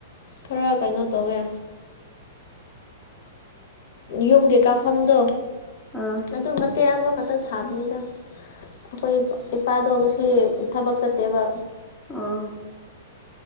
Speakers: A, on the left (about 50°); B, in the centre.
A: ꯈꯔ ꯀꯩꯅꯣ ꯇꯧꯋꯦ ꯌꯨꯝꯒꯤ ꯀꯥꯐꯝꯗꯣ
B: ꯑꯥ
A: ꯑꯗꯨ ꯏ ꯇꯦꯛ ꯑꯃꯈꯛꯇꯪ ꯁꯥꯕꯅꯤꯗ ꯑꯩꯈꯣꯏ ꯏꯄꯥꯗꯣ ꯉꯁꯤ ꯊꯕꯛ ꯆꯠꯇꯦꯕ
B: ꯑꯥ <unintelligible>